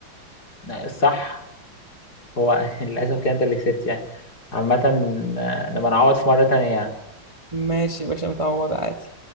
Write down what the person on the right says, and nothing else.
ماشي يا باشا متعوض عادي